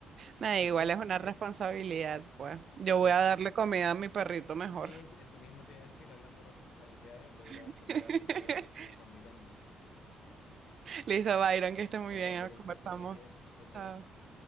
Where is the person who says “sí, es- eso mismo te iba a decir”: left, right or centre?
Left